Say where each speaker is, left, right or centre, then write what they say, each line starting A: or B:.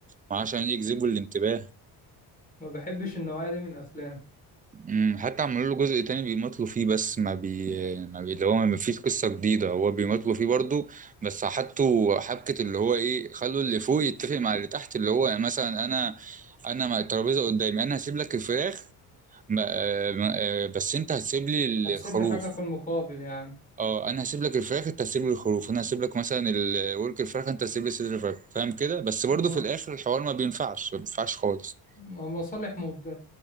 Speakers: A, on the right; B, on the left.
A: وعشان يجذبوا الانتباه
B: ما بحبش النوعية دي من الافلام
A: امم حتى عملوا له جزء تاني بيمطلوا فيه بس ما بي ما بي اللي هو ما فيش قصة جديدة هو بيمطلوا فيه برضو بس حطوا حبكة اللي هو ايه خلوا اللي فوق يتفق مع اللي تحت اللي هو مثلا انا انا مع الترابيزة قدامي انا هسيب لك الفراخ ما- آه، ما- آه، بس انت هتسيب لي
B: هتسيب
A: الخروف
B: لي حاجة في المقابل يعني
A: اه انا هسيب لك الفراخ انت هتسيب لي الخروف انا هسيب لك مثلا الورك الفراخ انت هتسيب لي صدر الفراخ فاهم كده بس برضو
B: ما
A: في الاخر الحوار ما بينفعش ما بينفعش خالص
B: ما- مصالح مبد...